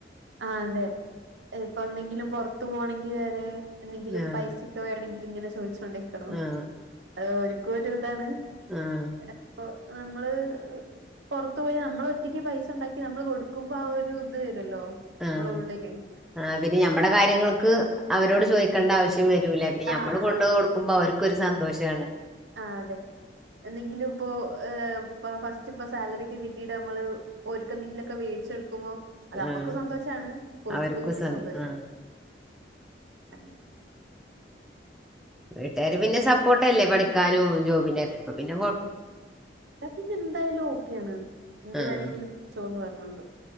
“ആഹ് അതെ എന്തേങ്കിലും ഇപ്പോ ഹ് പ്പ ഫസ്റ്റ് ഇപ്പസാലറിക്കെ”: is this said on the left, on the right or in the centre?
Right